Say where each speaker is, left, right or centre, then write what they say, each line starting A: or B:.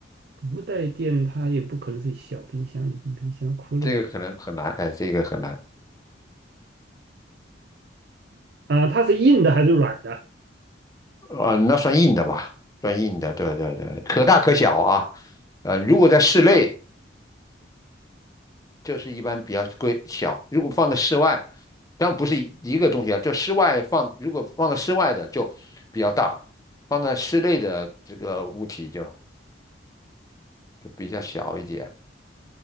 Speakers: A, on the right (about 55°); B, on the left (about 20°).
A: 不带电，它也不可能是小冰箱、移动冰箱、哭了有
B: 这个可能很难，哎，这个很难，
A: 啊、它是硬的还是软的？
B: 啊、呃那算硬的吧，算硬的，对对对，可大可小啊，呃，如果在室内。就是一般比较规小。如果放在室外，当然不是一一个东西啊，就室外放，如果放在室外的就比较大，放在室内的这个物体就就比较小一点。